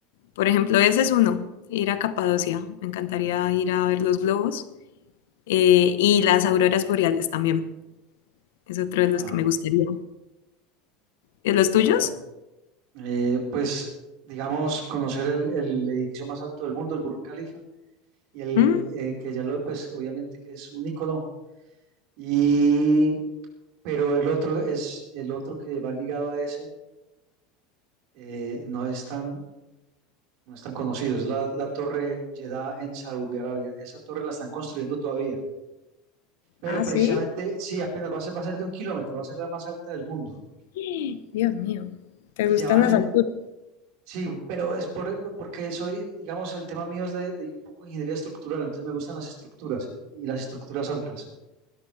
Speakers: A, on the left; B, on the right.
A: por ejemplo, ese es uno, ir a Capadocia. Me encantaría ir a ver los globos eh, y las auroras boreales también. Es otro de los
B: Ah,
A: que me gustaría. ¿De los tuyos?
B: ah, eh, pues, digamos, conocer el, el edificio más alto del mundo, el Burj Khalifa, y el
A: ¿Mm?
B: eh, que ya lo, pues, obviamente que es un icono. Y, pero el otro es, el otro que va ligado a ese, eh, no es tan, no es tan conocido, es la, la Torre Jeddah en Saudi Arabia. Esa torre la están construyendo todavía. Pero
A: Ah, sí.
B: precisamente, sí, apenas va a ser, va a ser de un kilómetro, va a ser la más alta del mundo.
A: <gasps> Dios mío, ¿te
B: Y
A: gustan
B: ya van
A: las
B: en,
A: alturas?
B: sí, pero es por, porque soy, digamos, el tema mío es de, de un poco de ingeniería estructural, entonces me gustan las estructuras y las estructuras altas.